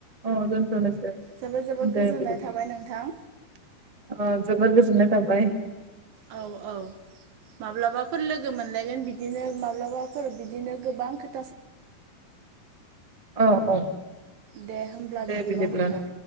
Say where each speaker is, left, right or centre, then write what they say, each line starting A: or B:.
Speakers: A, on the right; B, on the right.
A: अ दोनथनोसै
B: जोबोद जोबोद गोजोननाय
A: दे बिदिब्ला
B: थाबाय नोंथां
A: जोबोर गोजोननाय थाबाय
B: औ औ माब्लाबाफोर लोगो मोनलायगोन बिदिनो माब माब्लाबाफोर बिदिनो गोबां खो
A: औ औ
B: दे होमब्ला
A: दे
B: बिदिबा
A: बिदिब्ला
B: नोंथां